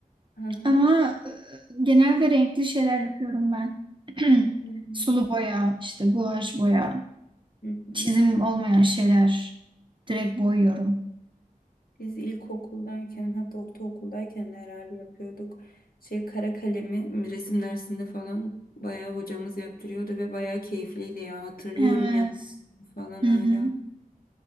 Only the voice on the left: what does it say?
Aha.
Hı hı.
Hı hı.
Biz ilkokuldayken hatta ortaokuldayken de herhalde yapıyorduk. Şey kara kalemi resim dersinde falan bayağı hocamız yaptırıyordu ve bayağı keyifliydi ya. Hatırlıyorum
yaptığımı falan
hala.